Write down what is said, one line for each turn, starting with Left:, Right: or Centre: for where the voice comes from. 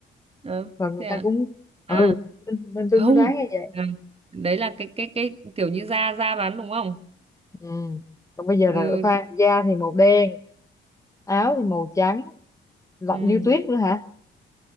Right: đó
Left: và người
Right: thế à
Left: ta cũng ừ
Right: à
Left: nên, nên
Right: không
Left: tôi mới đoán như vậy
Right: à, đấy là cái cái cái kiểu như da da rắn đúng không
Left: ừ còn bây giờ
Right: ừ,
Left: là đổi pha da thì màu đen áo thì màu trắng lạnh
Right: ừ.
Left: như tuyết nữa hả